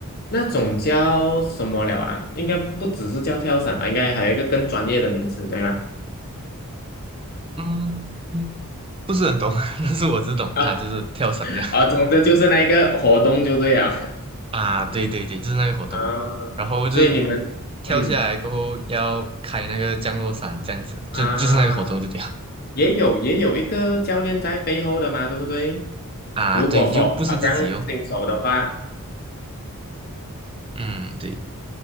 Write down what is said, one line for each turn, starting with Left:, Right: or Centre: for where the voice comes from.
Left: 那种叫什么了啊？应该不只是叫跳伞吧？应该还有一个更专业的名词，对吗？
Right: 嗯，嗯不是很懂，<laughs> 但是我只懂啊，
Left: <laughs> 啊
Right: 就是跳伞这样
Left: 啊，总之就是那一个活动就对了
Right: 啊。对对对，就是那个活动。
Left: <laughs> 啊，
Right: 然后就是
Left: 所以你们嗯
Right: 跳下来过后要开那个降落伞，这样子，
Left: 啊，
Right: 就就是那个活动就这样
Left: 也有也有一个教练在背后的嘛，对不对？
Right: 啊。
Left: 如果否，
Right: 对，就不是自己哦。
Left: 好像新手的话，
Right: 嗯，对。